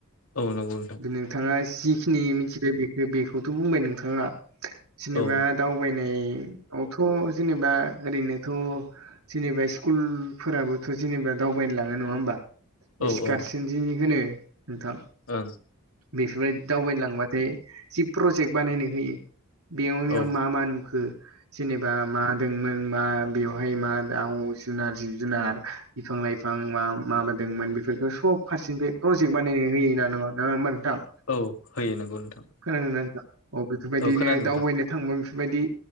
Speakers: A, on the left; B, on the right.
A: औ नंगौ नोंथां
B: नोंथाङा जिखिनि मिथिबाय बे-बेखौथ' बुंबाय नोंथाङा जेनेबा
A: औ
B: दाउ थगायनायावथ' जेनेबा ओरैनोथ' जेनेबा स्कुलफोराबोथ' जेनेबा दावबायनो लाङो नङा होमबा
A: औ
B: इसकारसनजि
A: औ
B: होनो नोंथां
A: ओं
B: बेफोरबायदि दावबायनो लांबाथाय जि प्रजेक्ट बानायनो होयो। बेयाव बेयाव
A: औ
B: मा मा नुखो जेनेबा मा दोंमोन मा बेवहाय मा दाउ जुनार जिब जुनार बिफां लाइफां मा माबोदोंमोन बेफोरखौ सब फारसेनिफ्राय प्रजेक्ट बानायनो होयोना नङा होमबा नोंथां
A: औ होयो नंगौ नोंथां
B: खोनादों ना नोंथां औ बेफोरबायदिनो
A: खोनादों नोंथां
B: दावबायनो थांबा बिफोरबायदि